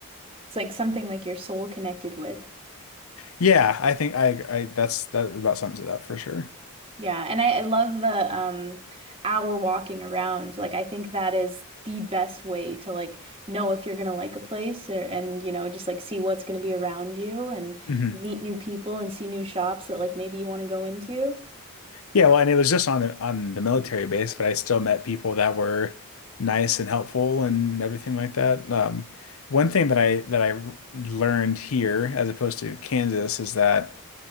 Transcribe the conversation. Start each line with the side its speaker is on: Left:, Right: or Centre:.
Right: It's like something like your soul connected with.
Left: Yeah, I think I, I that's that about sums it up for sure.
Right: Yeah, and I, I love the um hour walking around. Like I think that is the best way to like know if you're gonna like a place or, and you know just like see what's gonna be around you and
Left: Mhm.
Right: meet new people and see new shops that like maybe you want to go into.
Left: Yeah, well, and it was just on the on the military base, but I still met people that were nice and helpful and everything like that. Um, one thing that I that I learned here, as opposed to Kansas, is that